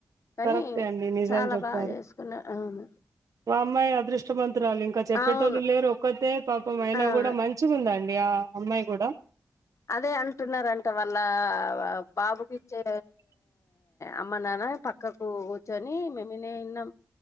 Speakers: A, on the left; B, on the right.
A: కనీ
B: కరెక్టే అండి నిజం
A: చాలా
B: చెప్పారు
A: బాగ జేసుకున్న అవును
B: మా అమ్మాయి అదృష్టమంతరాలింక చెప్పేటోళ్ళు
A: అవును
B: లేరు క్కతే పాపం అయినా
A: అవును
B: గూడా మంచిగుందండి ఆ అమ్మాయి గూడ
A: అదే అంటున్నారంట వాళ్ళా బాబుకిచ్చే అమ్మ నాన పక్ కకూ కూర్చొని మేమి నే ఇన్నం